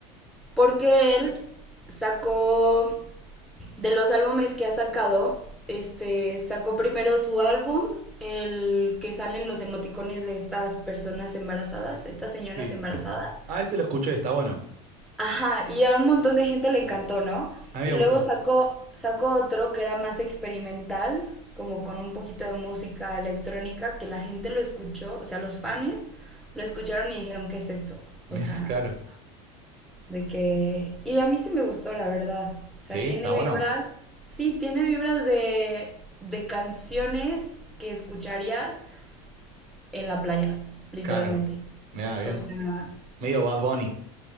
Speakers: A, in the centre; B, on the right (about 45°).
A: Porque él sacó, de los álbumes que ha sacado, este, sacó primero su álbum, el que salen los emoticones de estas personas embarazadas, estas señoras
B: Sí.
A: embarazadas.
B: Ah, ese lo escuché, está bueno.
A: Ajá, y a un montón de gente le encantó, ¿no?
B: A mí
A: Y
B: me gustó.
A: luego sacó, sacó otro que era más experimental, como con un poquito de música electrónica, que la gente lo escuchó, o sea, los fans lo escucharon y dijeron, ¿qué es esto?
B: Mira,
A: O sea,
B: <laughs> claro.
A: de que, y a mí sí me gustó, la verdad. O sea,
B: Sí,
A: tiene
B: está bueno.
A: vibras, sí, tiene vibras de, de canciones que escucharías en la playa, literalmente.
B: Claro. Mira, bien.
A: O sea,
B: Medio Bad Bunny.